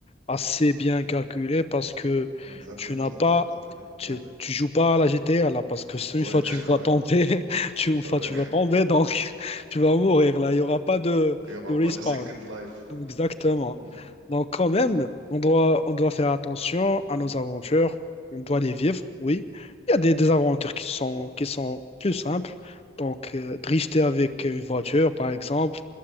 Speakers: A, on the left (about 30°); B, on the right (about 75°).
A: assez bien calculé parce que
B: Exactement,
A: tu n'as
B: ça
A: pas,
B: doit être calculé.
A: tu,
B: Ouais,
A: tu joues pas à la GTA là parce que
B: ouais,
A: une fois
B: <laughs>
A: tu vas
B: ouais,
A: tomber, <laughs> tu, une
B: ouais.
A: fois tu vas tomber donc <laughs> tu vas mourir là. Il n'y aura pas de,
B: Il n'y aura
A: de respawn.
B: pas de second life.
A: Exactement.
B: <laughs>
A: Donc quand même, on doit, on doit faire attention à nos aventures. On doit les vivre, oui. Il y a des, des aventures qui sont, qui sont plus simples. Donc, euh, drifter avec une voiture, par exemple,